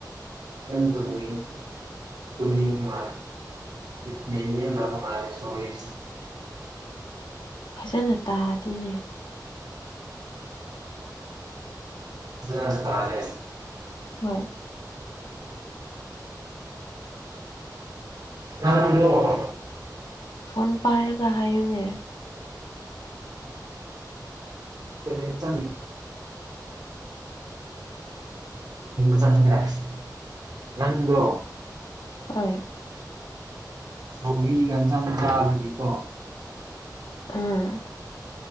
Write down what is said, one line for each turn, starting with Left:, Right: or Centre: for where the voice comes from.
Right: ꯀ ꯆꯅꯤ ꯇꯅꯤ ꯃꯥ ꯃꯅꯤꯔꯦ ꯁꯨꯁ
Left: ꯐꯖꯅ ꯇꯥꯗꯤꯅꯦ
Right: ꯑꯗꯨ ꯇꯂꯦ
Left: ꯍꯣꯏ
Right: ꯅꯥꯟ ꯄꯨ ꯋꯥꯔꯣ
Left: ꯐꯣꯟ ꯄꯥꯏꯔꯒ ꯍꯥꯏꯌꯨꯅꯦ
Right: ꯦ ꯆꯥꯡ ꯆꯗ꯭ꯔꯦ ꯅꯪꯣ
Left: ꯍ
Right: ꯁꯧꯂꯤꯒꯥꯟ ꯁꯪ ꯆꯥꯕꯒꯤꯀꯣ
Left: ꯎꯝ